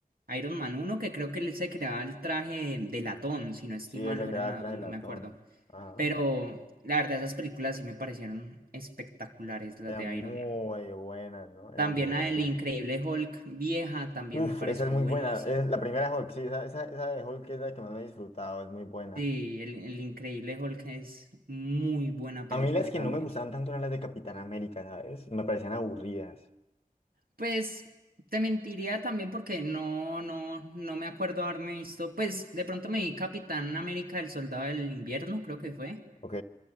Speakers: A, on the right (about 80°); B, on the left (about 45°).
A: Iron Man uno que creo que él se creaba el traje de latón, si no estoy
B: Sí,
A: mal,
B: ese
A: o
B: que
A: era
B: era
A: nadón,
B: el traje latón.
A: no me acuerdo.
B: Ajá.
A: Pero la verdad, esas películas sí me parecieron espectaculares, las
B: Era
A: de
B: muy
A: Iron Man.
B: buena, ¿no? Era
A: También
B: muy buena.
A: la del Increíble Hulk vieja también
B: Uf,
A: me pareció
B: esa es muy
A: buenísima.
B: buena. Es la primera Hulk, sí, esa, esa, esa de Hulk es la que más me he disfrutado, es muy buena.
A: Sí, el, el Increíble Hulk es muy buena película
B: A mí las que
A: también.
B: no me gustaban tanto eran las de Capitán América, ¿sabes? Me parecían aburridas.
A: Pues te mentiría también porque no, no, no me acuerdo haberme visto. Pues de pronto me vi Capitán América, el Soldado del Invierno, creo que fue.
B: Ok.